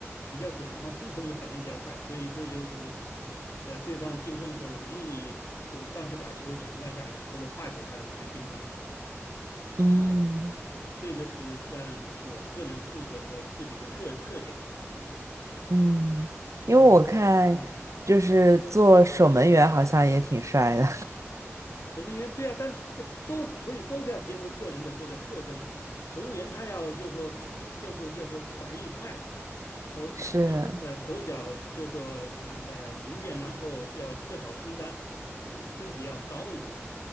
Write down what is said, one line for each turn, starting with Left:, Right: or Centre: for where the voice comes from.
Left: 比较准，然后自身的反应比较快，所以这就是呃对方进攻的时候容易我上去把球抢断下来或者化解他的这个进攻。
Right: 嗯
Left: 啊、呃这个是算我个人素质和自己的特特点吧。
Right: 嗯，因为我看就是做守门员好像也挺帅的，
Left: 呃，所呃，守门员对啊，但是这都所以都是要结合个人的这个特征。守门员他要就说叫做叫做反应快，手就是呃手脚就说呃灵便，
Right: <laughs> 是，
Left: 然后要最好身材身身体要高一点。